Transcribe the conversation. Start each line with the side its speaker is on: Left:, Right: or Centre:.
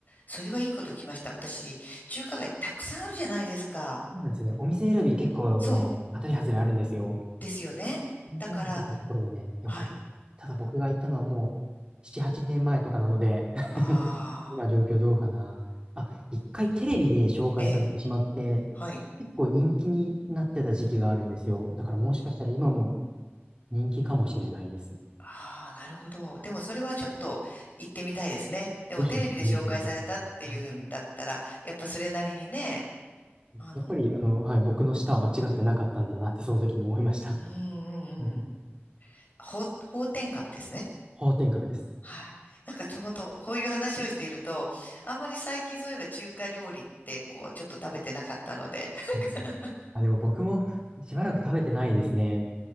Left: それはいいこと聞きました。私、中華街たくさんあるじゃないですか。
Right: そうなんですよね。お店選び結構ね、
Left: うん。そう。
Right: 当たり外れあるんですよ。
Left: ですよね。
Right: 氷点下っていうところはね、
Left: だから、
Right: 良かったです。
Left: はい。
Right: ただ僕が行ったのはもう7、8年前とかなので <laughs>
Left: ああ、
Right: 今状況どうかな。あ、一回テレビで紹介されてしまって、
Left: ええ、はい。
Right: 結構人気になってた時期があるんですよ。だからもしかしたら今も人気かもしれないです。
Left: ああ、なるほど。でもそれはちょっと行ってみたいですね。でもテレビで紹介されたっていうんだったら、
Right: ぜひ見てください。<laughs>
Left: やっぱそれなりにね、あの、
Right: やっぱり、あの、はい、僕の舌は間違ってなかったんだなってその時に思いました。
Left: うんうんうん。
Right: <laughs>
Left: 法、法典格ですね。
Right: 方天閣です。
Left: はい。なんかちょうどこういう話をしていると、あんまり最近そういえば中華料理ってこう、ちょっと食べてなかったので、<laughs>
Right: うんうんあ、でも僕もしばらく食べてないですね。